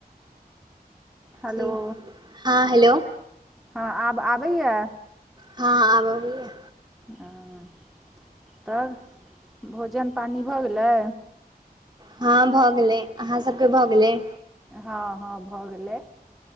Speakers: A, in the centre; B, on the right.
A: हलो
B: ठीक हँ हेलो
A: हँ आब आबैया।
B: हँ आब अबैया।
A: हँ तब भोजन पानि भऽ गेलै।
B: हँ भऽ गेलै आहाँ सब के भऽ गेलै।
A: हँ हँ भऽ गेलै।